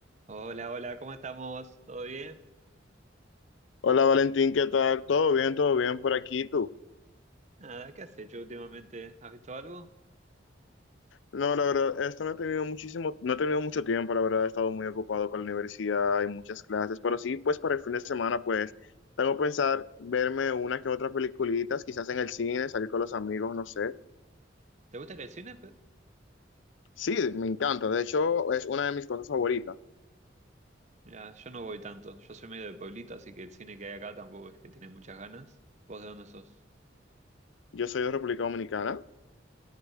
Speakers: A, on the right; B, on the left.
A: Hola, hola, ¿cómo estamos? ¿Todo bien?
B: Hola Valentín, ¿qué tal? ¿Todo bien? ¿Todo bien por aquí? ¿Y ¿Tú?
A: Nada, ¿qué has hecho últimamente? ¿Has visto algo?
B: No, la verdad, esto no he tenido muchísimo, no he tenido mucho tiempo, la verdad, he estado muy ocupado con la universidad y muchas clases, pero sí, pues para el fin de semana, pues tengo que pensar verme una que otra peliculitas, quizás en el cine, salir con los amigos, no sé.
A: ¿Te gusta ir al cine? pe?
B: Sí, me encanta, de hecho, es una de mis cosas favoritas.
A: Mira, yo no voy tanto. Yo soy medio de pueblito, así que el cine que hay acá tampoco es que tiene muchas ganas. ¿Vos de dónde sos?
B: Yo soy de República Dominicana.